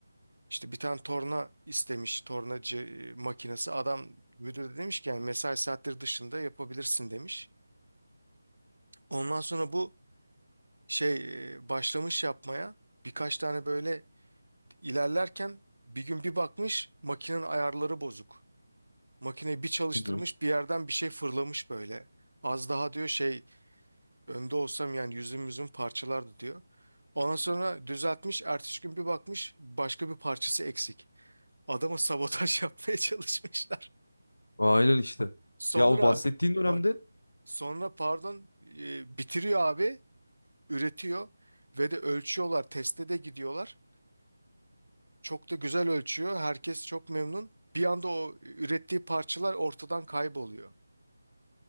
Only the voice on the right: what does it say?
İşte bir tane torna istemiş tornacı e, makinesi adam müdür de demiş ki yani mesai saatleri dışında yapabilirsin demiş. Ondan sonra bu şey e, başlamış yapmaya birkaç tane böyle ilerlerken bir gün bir bakmış makinenin ayarları bozuk. Makineyi bir çalıştırmış
bir yerden bir şey fırlamış böyle. Az daha diyor şey önde olsam yani yüzüm yüzüm parçalardı diyor. Ondan sonra düzeltmiş ertesi gün bir bakmış başka bir parçası eksik. Adama sabotaj <laughs> yapmaya çalışmışlar.
Sonra
bak sonra pardon e, bitiriyor abi üretiyor ve de ölçüyorlar teste de gidiyorlar. Çok da güzel ölçüyor herkes çok memnun. Bir anda o ürettiği parçalar ortadan kayboluyor.